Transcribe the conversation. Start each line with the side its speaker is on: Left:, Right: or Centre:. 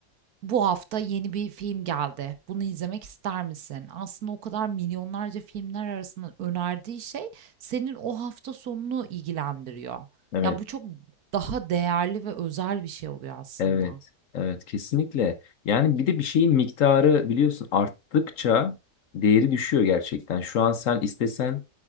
Right: bu hafta yeni bir film geldi. Bunu izlemek ister misin? Aslında o kadar milyonlarca filmler arasında önerdiği şey senin o hafta sonunu ilgilendiriyor.
Left: Evet.
Right: Ya bu çok daha değerli ve özel bir şey oluyor aslında.
Left: Evet, evet kesinlikle. Yani bir de bir şeyin miktarı biliyorsun arttıkça değeri düşüyor gerçekten. Şu an sen istesen